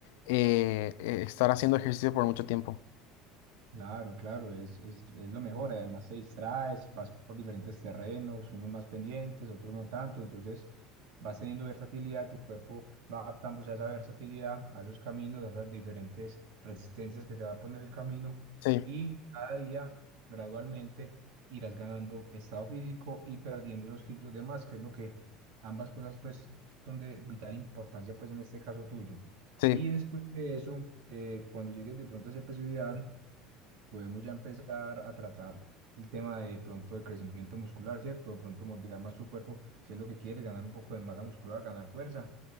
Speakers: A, on the left; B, on the right.
A: eh, eh, estar haciendo ejercicio por mucho tiempo.
B: Claro, claro, es, es, es lo mejor. Además, te distraes, vas por diferentes terrenos, unos más pendientes, otros no tanto. Entonces, vas teniendo versatilidad, tu cuerpo va adaptándose a esa versatilidad, a esos caminos, a esas diferentes resistencias que te va a poner el camino.
A: Sí,
B: Y cada día, gradualmente, irás ganando estado físico y perdiendo los kilos de más, que es lo que ambas cosas, pues, son de vital importancia, pues, en este caso tuyo.
A: sí,
B: Y después de eso, eh, cuando llegues de pronto a ese peso ideal, podemos ya empezar a tratar el tema de pronto de crecimiento muscular, ¿cierto? De pronto moldear más su cuerpo, si es lo que quieres, ganar un poco de masa muscular, ganar fuerza.